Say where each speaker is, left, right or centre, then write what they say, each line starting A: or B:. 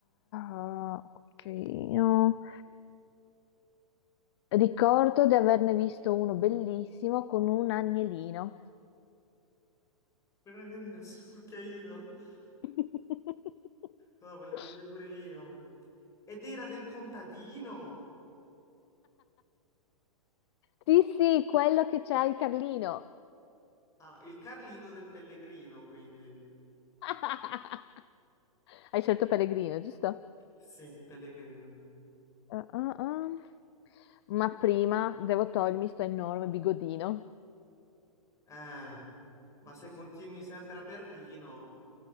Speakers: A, on the left; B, on the left.
A: ah, cucchiaino. Ricordo di averne visto uno bellissimo con un agnellino.
B: Per Renellino sul cucchiaino. <laughs>
A: <laughs>
B: No, voglio vedere pure io. Ed era del contadino.
A: Sì, sì, quello che c'ha il Carlino.
B: Ah, il Carlino del Pellegrino, quindi.
A: <laughs> Hai scelto Pellegrino, giusto? Ah,
B: Sì, Pellegrino.
A: ah, ah. Ma prima devo togliermi sto enorme bigodino.
B: Eh, ma se continui sempre a ber vino...